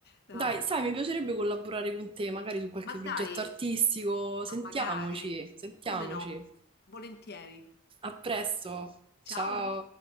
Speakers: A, on the left; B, on the right.
A: no.
B: Dai, sai, mi piacerebbe collaborare con te magari su qualche
A: Ma dai,
B: progetto artistico, sentiamoci,
A: ma magari,
B: sentiamoci.
A: come no? Volentieri.
B: A presto,
A: Ciao!
B: ciao!